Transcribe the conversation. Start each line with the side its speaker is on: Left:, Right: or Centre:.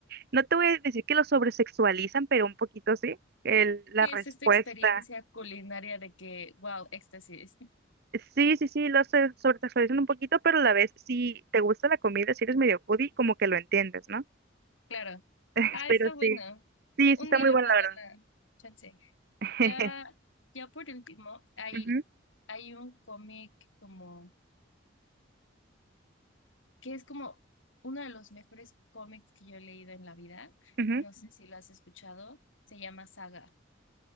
Right: no te voy a decir que lo sobresexualizan, pero un poquito sí, el, la
Left: Sí,
Right: respuesta.
Left: es esta experiencia culinaria de que, wow, éxtasis.
Right: Sí, sí, sí, lo se sobresexualizan un poquito, pero a la vez, si te gusta la comida, si eres medio foodie, como que lo entiendes, ¿no?
Left: Claro.
Right: <laughs>
Left: Ah,
Right: Pero
Left: está bueno.
Right: sí, sí,
Left: Un
Right: sí está
Left: día
Right: muy
Left: le
Right: bueno,
Left: voy
Right: la
Left: a dar
Right: verdad.
Left: la chance.
Right: <laughs>
Left: Ya, ya por último, hay,
Right: Ujú,
Left: hay un cómic como, que es como uno de los mejores cómics que yo he leído en la vida.
Right: ujú.
Left: No sé si lo has escuchado. Se llama Saga.